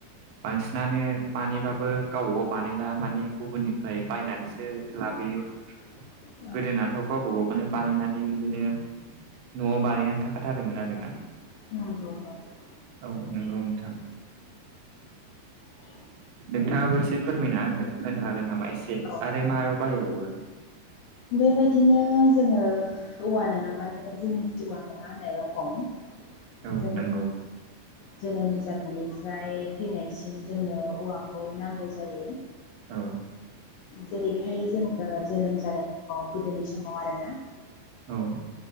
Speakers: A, on the right; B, on the left.
A: बांसिनानो बानायबाबो गावबागाव बानायना माने गुबुननिफ्राय बायनानैसो लाबोयो।
B: <inaudible> औ
A: गोदोनाथ' गावबा गावखौनो बानायनानै बिदिनो न'आव बानायना थाखाथारोमोन आरोना।
B: <unintelligible>
A: औ नंगौ नोंथां।
B: <inaudible>
A: नोंथाङाबो एसे फोरमायना होनो होनो हागोन नामा एसे
B: औ
A: आरो मायाव बाहायबावो?
B: बेबायदिनो जोङो औवा नङाबानो जोंनि जिउवा नङा जेरखम
A: औ
B: जों
A: नंगौ
B: जोनोम जानायनिफ्राय थैनायसिम जोंनो औवाखौ खौ नांगौ जायो
A: औ
B: जेरैहाय जोङो जोनोम जानाय औ गोदोनि समाव आरोना।
A: औ।